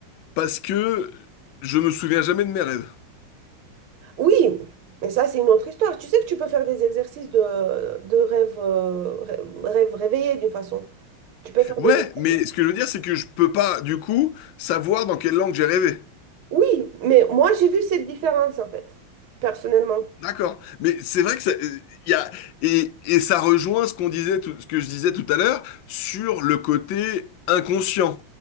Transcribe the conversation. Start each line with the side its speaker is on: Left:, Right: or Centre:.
Left: parce que je me souviens jamais de mes rêves.
Right: oui, mais ça, c'est une autre histoire. Tu sais que tu peux faire des exercices de, de rêve, euh, rê- rêve réveillé d'une façon. Tu peux faire
Left: Ouais,
Right: des exercices.
Left: mais ce que je veux dire, c'est que je peux pas, du coup, savoir dans quelle langue j'ai rêvé.
Right: Oui, mais moi, j'ai vu cette différence en fait, personnellement.
Left: D'accord. Mais c'est vrai que ça, euh, y a, et, et ça rejoint ce qu'on disait, tout- ce que je disais tout à l'heure sur le côté inconscient